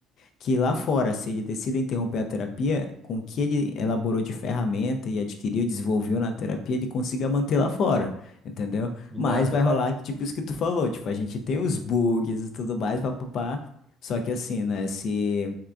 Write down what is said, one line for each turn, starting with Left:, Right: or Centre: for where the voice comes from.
Left: que lá fora, se ele decide interromper a terapia, com o que ele elaborou de ferramenta e adquiriu, desenvolveu na terapia, ele consiga manter lá fora, entendeu?
Centre: Então
Left: Mas
Centre: é total.
Left: vai rolar, que, tipo, isso que tu falou, tipo, a gente tem os bugs e tudo mais, papapá. Só que assim, né, se,